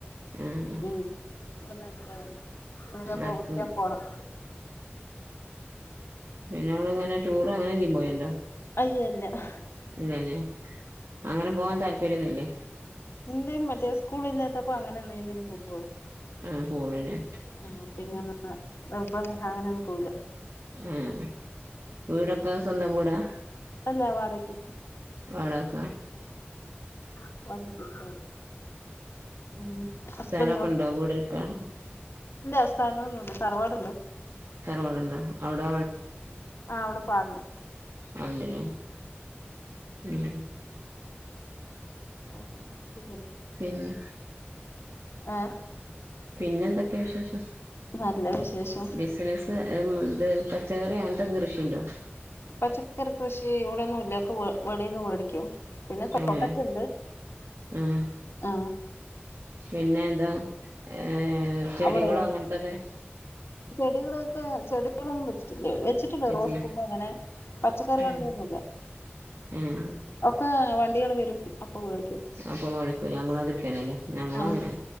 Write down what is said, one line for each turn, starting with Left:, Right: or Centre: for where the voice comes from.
Right: ആഹ്
Left: ഉം വടെ നടക്കലാ ഓന്ന് ദാപ്പ
Right: നടക്കും
Left: വ്ട് കേം പോണം
Right: പിന്നെങ്ങളിങ്ങനെ ടൂറ് അങ്ങനെയെന്തെങ്കിലും പോവൻണ്ടോ
Left: അയ്യേ ല്ലഹ്
Right: ഇല്ലല്ലേ, അങ്ങനെ പോവാൻ താല്പര്യന്നുല്ലേ
Left: ഇണ്ട് മറ്റേ സ്കൂളില്ലാത്തപ്പോ അങ്ങനെയെന്നേലുംപോവും
Right: ആഹ്, പോവലേ
Left: ആഹ്.. പിന്നെ <unintelligible> പോകില്ല.
Right: ഉം.. വീടൊക്കെ സ്വന്തം വീടാ
Left: അല്ല വാടകക്ക്
Right: വാടകക്കാ
Left: <unintelligible> ഉം ഹസ്ബൻഡോ
Right: സ്ഥലൊക്കെ ണ്ടോ വീട് വെക്കാൻആഹ്
Left: ഇല്ല സ്ഥലമൊന്നുംണ്ട് തറവാടുണ്ട്
Right: തറവാടുണ്ടോ അവിടെ
Left: ആ അവിടെ ഇപം ആളുണ്ട്
Right: ആളുണ്ട് ലെ ഉം
Left: വേറെന്താ സുഖല്ലേ
Right: പിന്നെ
Left: ആ
Right: പിന്നെ എന്തൊക്കെയാ വിശേഷം
Left: നല്ല വിശേഷം
Right: ബിസിനസ് പച്ചക്കറി അങ്ങനത്തെ കൃഷിയുണ്ടോ
Left: പച്ചക്കറി കൃഷി ഇവിടൊന്നും ഇല്ല ഒക്കെ വെളീന്ന് മേടിക്കും പിന്നെ കോവക്ക
Right: ഏഹ്
Left: ഇണ്ട്
Right: ആഹ്
Left: ആഹ്
Right: പിന്നെ എന്താ ഏഹ് ചെടികളോ
Left: അവിടെയോ
Right: അങ്ങനെത്തൊക്കെ
Left: ചെടികളൊക്കെ ചെടി ചെടികളൊന്നും വെച്ചിട്ടില്ലേ വെച്ചിട്ടുണ്ട്
Right: വെച്ചേ
Left: റോസ് കുമ്പ അങ്ങനെ പക്കറിയളുടെ
Right: ആഹ്
Left: ഒന്നുമില്ല
Right: ആഹ്
Left: ഒക്കെ വണ്ടികൾ വരും അപ്പൊ മേടിക്കും
Right: അപ്പൊ മേടിക്കും ഞങ്ങളാതൂക്കന് അല്ലേ ഞങ്ങളും
Left: ആ
Right: അങ്ങനെ